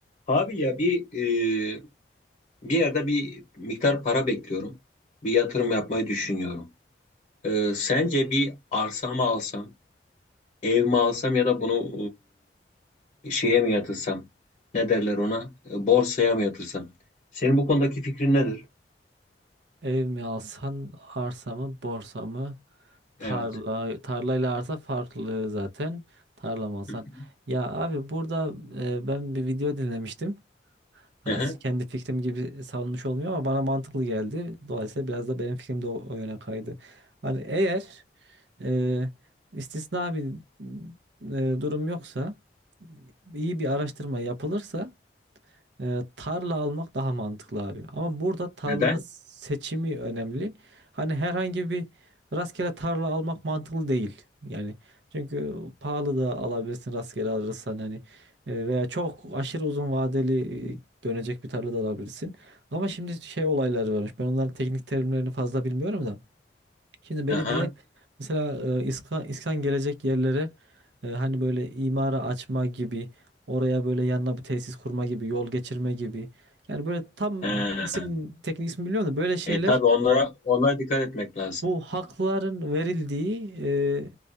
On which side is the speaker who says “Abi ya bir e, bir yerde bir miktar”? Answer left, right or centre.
Left